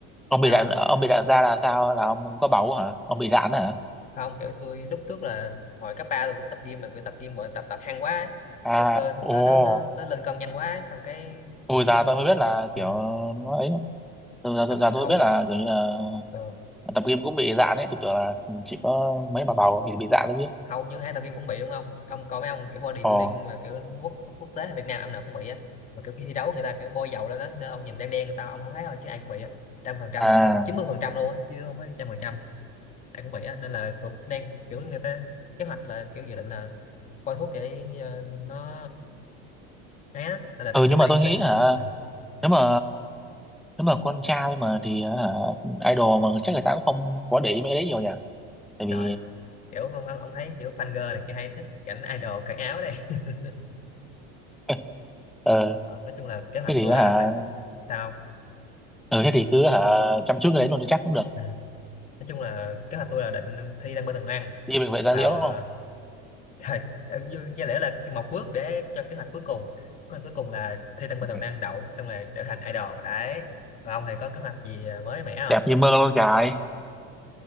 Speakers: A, in the centre; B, on the left.
A: ông bị
B: sao
A: rạn ông bị rạn da là sao là ông có bầu hả ông bị rạn hả
B: không kiểu tôi lúc trước là hồi cấp ba tôi cũng tập gym mà kiểu tập gym rồi tập tập hăng quá ấy.
A: À,
B: kiểu cơ nó
A: ồ,
B: nó nó nó lên cân nhanh quá ấy. xong cái
A: tôi
B: nó, nó
A: già tôi mới biết là
B: ừ,
A: kiểu nó ấy, tôi già
B: tập
A: tôi, già
B: gym
A: tôi
B: hầu
A: mới biết là kiểu như là
B: ờ,
A: tập gym cũng bị dạn ấy, tôi tưởng là chỉ có mấy bà bầu bị bị dạn đấy chứ.
B: hầu như ai tập gym cũng bị đúng không ông coi mấy ông kiểu bodybuilding
A: Ồ,
B: mà kiểu quốc quốc tế hay Việt Nam ông nào cũng bị á mà kiểu khi thi đấu người ta kiểu bôi dầu lên đó nên ông nhìn đen đen người ta ông không thấy thôi chứ ai cũng bị á trăm phần trăm
A: à,
B: á, không chín mươi phần trăm luôn á chứ không phải trăm phần trăm ai cũng bị á nên là tôi đang kiểu người ta kế hoạch là kiểu dự định là coi thuốc để ờ, nó né nên là
A: ừ
B: phải chắc
A: nhưng
B: phải
A: mà
B: đi
A: tôi
B: bệnh
A: nghĩ
B: viện
A: hả,
B: ừ.
A: nếu mà nếu mà con trai mà thì hả, idol mà chắc người ta cũng không có để ý mấy cái đấy nhiều nhỉ, tại vì
B: trời kiểu ông, ông ông thấy kiểu fan girl này kia hay thích cảnh idol cởi áo đây <laughs>
A: <laughs> ờ
B: Ờ, nói chung là kế hoạch
A: thế thì
B: tôi
A: hả,
B: là phải sao
A: ừ thế thì cứ hả chăm chút cái đấy luôn thì chắc cũng được,
B: không? nói chung là kế hoạch tôi là định thi đăng bên tầng năng
A: đi bệnh viện da
B: vào
A: liễu đúng
B: ờ,
A: không?
B: <laughs> thời ờ, có lẽ là cái một bước để cho kế hoạch cuối cùng kế hoạch cuối cùng là thi đăng
A: Ừ.
B: bên tầng năng đậu xong rồi trở thành idol đấy và ông thì có kế hoạch gì ờ, mới mẻ không
A: Đẹp như mơ luôn trời,